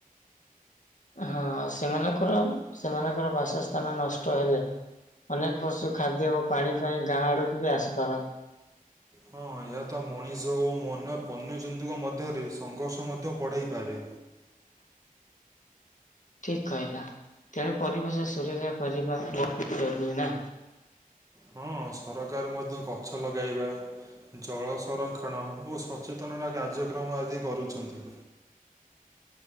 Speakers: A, on the left (about 55°); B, on the right (about 25°).
A: ହଁ ସେମାନଙ୍କର-ସେମାନଙ୍କର ବାସସ୍ଥାନ ନଷ୍ଟ ହେଇ ଯାଏ, ଅନେକ ପଶୁ ଖାଦ୍ୟ ଓ ପାଣି ପାଇଁ ଗାଁ ଆଡ଼କୁ ବି ଆସିପାରନ୍ତି,
B: ହଁ ଏହା ତ ମଣିଷ ଅନ୍ୟ ବନ୍ୟଜନ୍ତୁଙ୍କ ମଧ୍ୟରେ ସଂଘର୍ଷ ମଧ୍ୟ ବଢ଼ାଇପାରେ,
A: ଠିକ୍ କହିଲା ତେଣୁ ପରିବେଶ ସୁରକ୍ଷା କରିବା ବହୁତ୍ ଜରୁରୀ ନା?
B: ହଁ ସରକାର ମଧ୍ୟ ଗଛ ଲଗାଇବା, ଜଳ ସଂରକ୍ଷଣ ଓ ସଚେତନତା କାର୍ଯ୍ୟକ୍ରମ ଆଦି କରୁଛନ୍ତି,